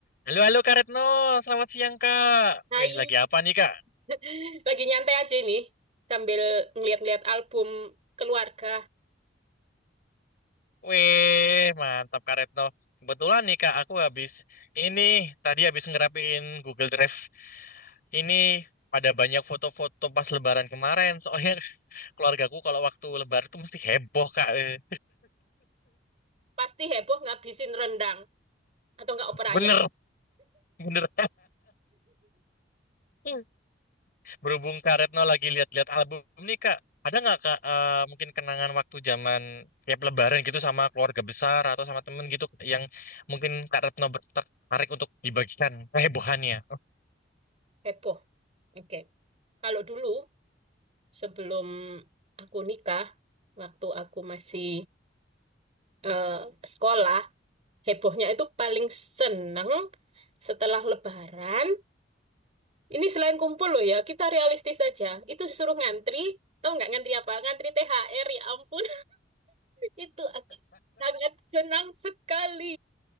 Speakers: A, on the left; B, on the right.
A: Halo, halo Kak Retno. Selamat siang, Kak.
B: Hai.
A: Wih, lagi apa nih, Kak?
B: <laughs> Lagi nyantai aja ini sambil ngeliat-ngeliat album keluarga.
A: Wih, mantap, Kak Retno. Kebetulan nih, Kak, aku habis ini tadi habis ngerapiin Google Drive. Ini ada banyak foto-foto pas Lebaran kemarin. Soalnya <laughs> keluargaku kalau waktu Lebaran tuh mesti heboh, Kak. Eh,
B: Pasti heboh ngabisin rendang atau nggak opor
A: Bener,
B: ayam.
A: bener. <laughs> Berhubung Kak Retno lagi lihat-lihat album nih Kak, ada nggak Kak eh, mungkin kenangan waktu zaman tiap Lebaran gitu sama keluarga besar atau sama temen gitu yang mungkin Kak Retno ber- tertarik untuk dibagikan kehebohannya?
B: Heboh. Oke. Kalau dulu sebelum aku nikah, waktu aku masih eh, sekolah, hebohnya itu paling seneng setelah Lebaran. Ini selain kumpul loh ya, kita realistis aja. Itu disuruh ngantri, tau nggak ngantri apa? Ngantri THR ya ampun. Itu aku sangat senang sekali.